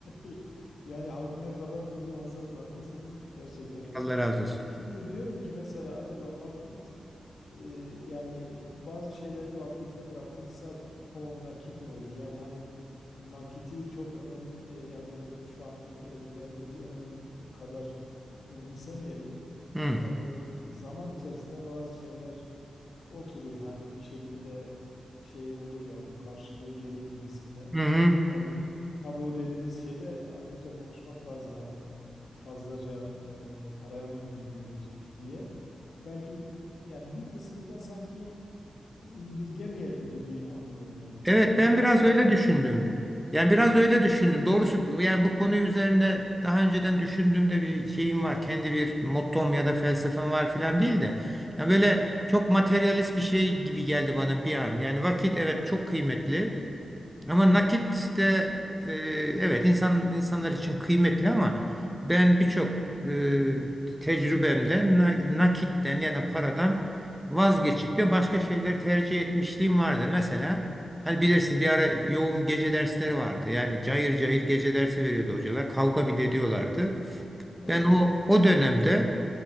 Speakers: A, on the left; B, in the centre.
A: <laughs> yani ha- ne kadar gururlansanız haklısınız gerçekten öyle.
B: Allah razı olsun.
A: Şimdi diyorum ki mesela acaba vakit e, yani bazı şeyleri vakite bırakırsak o nakit mi olur? Yani hani nakiti çok önem e, yani böyle şu an e, verdiğimiz önem kadar önemsemeyelim.
B: Hı.
A: Yani o zaman içerisinde bazı şeyler oturur hani bir şekilde şey olur yani karşılığı gelir gibisinden.
B: Hı hı.
A: Yani tabii o dediğiniz şeyde ayrıca konuşmak lazım. Hani fazlaca e, paraya mı indirgiyoruz diye. Belki yani bir kısmında sanki indirgemeyelim gibi anlıyorum ben.
B: Evet
A: Bilmem
B: ben biraz
A: siz
B: öyle
A: katılır
B: düşündüm.
A: mısınız?
B: Yani biraz öyle düşündüm. Doğrusu bu- yani bu konu üzerinde daha önceden düşündüğümde bir şeyim var. Kendi bir mottom ya da felsefem var filan değil de. Yani böyle çok materyalist bir şey gibi geldi bana bir an. Yani vakit evet çok kıymetli. Ama nakit de e, evet insan insanlar için kıymetli ama ben birçok e, tecrübemde na- nakitten yani paradan vazgeçip de başka şeyleri tercih etmişliğim vardır. Mesela hani bilirsin bir ara yoğun gece dersleri vardı. Yani cayır cayır gece dersi veriyordu hocalar. Kavga bile ediyorlardı.
A: Evet.
B: Ben o o dönemde